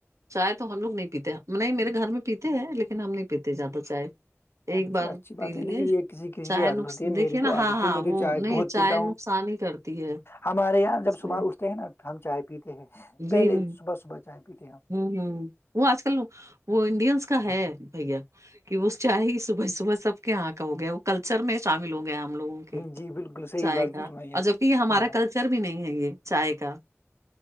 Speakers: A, on the right (about 80°); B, on the left (about 50°).
A: چائے تو ہم لوگ نہیں پیتے نہیں میرے گھر میں پیتے ہیں لیکن ہم نہیں پیتے زیادہ چائے ایک
B: اچھی
A: بار
B: اچھی بات
A: پی
B: ہے
A: لیے
B: لیکن یہ کسی کسی
A: چائے
B: کی عادت
A: نقصان
B: ہوتی ہے
A: دیکھیے
B: میری تو
A: نا
B: عادت
A: ہاں ہاں
B: ہے میں تو
A: وہ
B: چائے
A: نہیں
B: بہت
A: چائے
B: پیتا ہوں
A: نقصان ہی کرتی ہے
B: ہمارے یہاں جب
A: چائے
B: صبح اٹھتے ہیں نا ہم چائے پیتے ہیں پہلے
A: جی
B: صبح صبح چائے پیتے ہیں
A: ہوں ہوں وہ آج کل وہ انڈینس کا ہے بھیا کہ وہ چاہ ہی صبح صبح سب کے یہاں کا ہو گیا وہ کلچر میں شامل ہو گیا ہم لوگوں کے
B: جی بالکل صحیح
A: چائے
B: بات
A: کا
B: فرمائی
A: اور
B: آپ نے۔
A: جبک یہ ہمارا
B: ہاں
A: کلچر بھی نہیں ہے یہ چائے کا